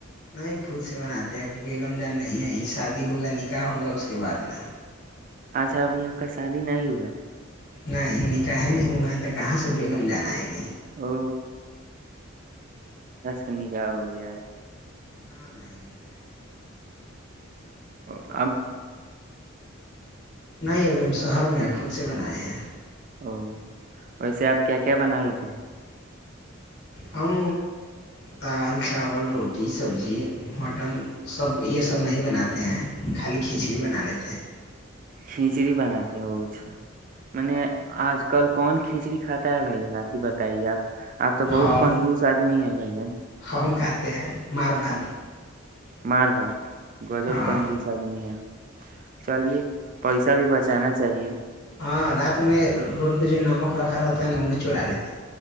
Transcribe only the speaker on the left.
ن خود سے بناتے ہیں بیگم جان نہیں ہے شادی ہوگا نکاح ہوگا اس کے بعد نا
نہیں نکاح نہیں ہوا تو کہاں سے بیگم جانا ہے گی
نہ نہیں نہیں
نہیں ابھی ہم شہر میں خود سے بنائے ہیں
ہم دال چاول روٹی سبزی مٹن سب یہ سب نہیں بناتے ہیں خالی کھچڑی بنا لیتے ہیں
ہم
ہم کاتے ہیں مار بھات
ہاں
ہاں رات میں روڈ پہ جو نمک رکھا رہتا ہے نا وہ چڑا لیتا